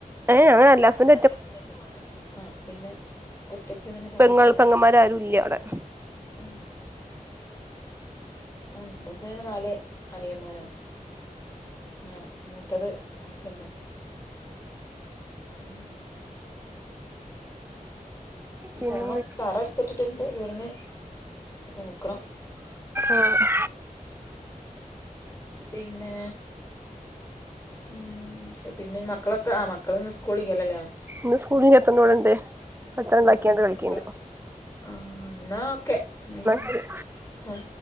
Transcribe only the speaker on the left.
<unintelligible> ആഹ് പിന്നെ ഒറ്റക്ക് തന്നെ പറയാലല്ലേ
ഉം ആ എന്റെ ഹസ്ബൻഡിന് നാല് അനിയന്മാരാണ് ഞാൻ മൂത്തത് ഹസ്ബൻഡാണ് ഉം ഉം ഉം
പോണം തറ എടുത്തിട്ടിട്ടുണ്ട് വീടുന്ന് നോക്കണം <inaudible>
പിന്നെ ഉം പിന്നെ മക്കളൊക്കെ ആ മക്കളിന്ന് സ്കൂളില്ലല്ലോ ല്ലേ
ആ
എപ്പളാ ആ എന്നാൽ ഓക്കെ എന്നായ്ക്കോ
ആ